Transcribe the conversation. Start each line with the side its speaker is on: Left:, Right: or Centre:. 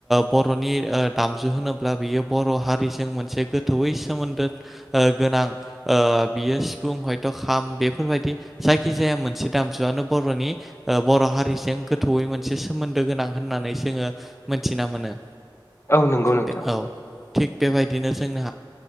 Centre: बर'नि दामजु होनोब्ला बियो बर' हारिजों मोनसे से गोथौयै सोमोन्दो गोनां बियो सिफुं हयथ' खाम बेफोरबायदि जायखि जाया मोनसे दामजुआनो बर'नि बर' हारिजों गोथौयै मोनसे सोमोन्दो गोनां होननानै जोङो मोनथिना मोनो
Left: औ नंगौ नोंथां
Centre: बे औ थिग बेबायदिनो जोंनि